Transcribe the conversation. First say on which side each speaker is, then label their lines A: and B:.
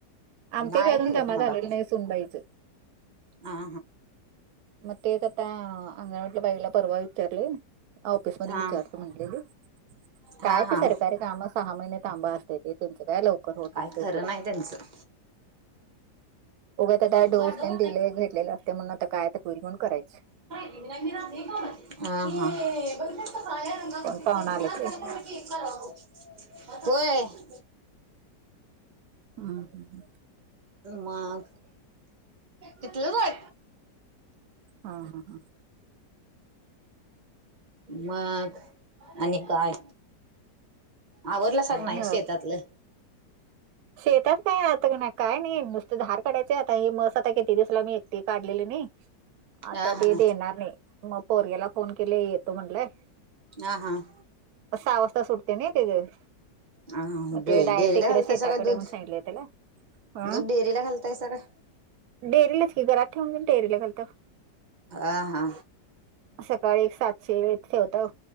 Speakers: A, on the right; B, on the right.
A: आमच्या
B: नाही
A: बी अजून
B: दिलत
A: जमा
B: मला
A: झालेले
B: तर
A: नाही सुनबाईच.
B: हा
A: मग तेच आता अंगणवाडीतल्या बाईला परवा विचारलय ऑफिस मध्ये
B: हा
A: विचारतो
B: हा
A: म्हणली. काय झालं
B: हा
A: काय ते
B: हा
A: सरकारी काम सहा महिने थांबा अस‌‌तय ते. तेंच काय लवकर होत
B: काय
A: नसतय
B: खरं
A: सोडा.
B: नाही त्यांचं
A: उगाच आता‌
B: हा
A: डोस
B: हा.
A: तेन दिले घेतलेले असतंय म्हणून आता काय तर होईल म्हणून करायचं.
B: हा हा.
A: कोण पाहुणा आले ते
B: होय.
A: हम् हम.
B: मग तिथलं वय
A: हा हा हा.
B: मग आणि काय? आवरलासा काय नाय
A: नाही
B: शेतातलं?
A: बा शेतात काय आता काय नाही नुसते धार काढायचे आता हे मस आता किती दिवसला मी एकटी काढलेली नाही. आता
B: हा हा
A: ते देणार नाही मग पोरग्याला फोन केले येतो म्हणलाय.
B: हा हां.
A: सहा वाजता सुटतय ना तेच
B: हा हा
A: मग
B: डेअरीला
A: ते डायरेक्ट इकडे
B: घालतायसा
A: शेतात
B: काय
A: इकडे
B: दूध?
A: ये म्हणून सांगितलं त्याला. आ.
B: दूध डेअरीला घालतायसा काय?
A: डेरीलाच‌ की घरात ठेवून घेउन डेरीला घालताव.
B: आ हा.
A: सकाळी एक सातशे एक ठेवताव